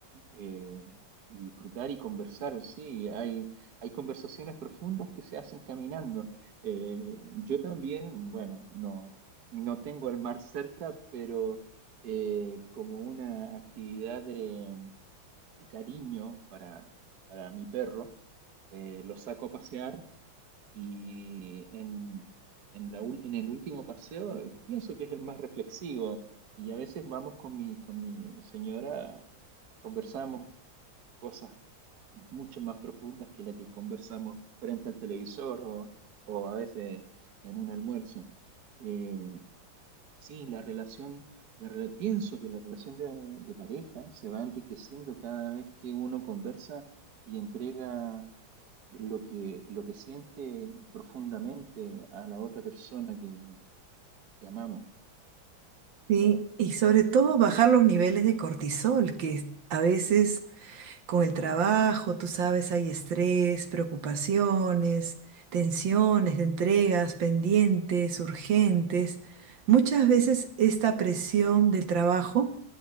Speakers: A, on the right; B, on the right.
A: eh, y disfrutar y conversar. Sí, hay, hay conversaciones profundas que se hacen caminando. Eh, yo también, bueno, no. No tengo el mar cerca, pero eh, como una actividad de, de cariño para, para mi perro, eh, lo saco a pasear y en, en la ul- en el último paseo eh, pienso que es el más reflexivo y a veces vamos con mi, con mi señora, conversamos cosas mucho más profundas que la que conversamos frente al televisor o, o a veces en un almuerzo. Eh, Sí, la relación, la, rela- pienso que la relación de, de pareja se va enriqueciendo cada vez que uno conversa y entrega lo que, lo que siente profundamente a la otra persona que, que amamos.
B: Sí, y sobre todo bajar los niveles de cortisol, que a veces con el trabajo, tú sabes, hay estrés, preocupaciones, tensiones de entregas pendientes, urgentes. Muchas veces esta presión del trabajo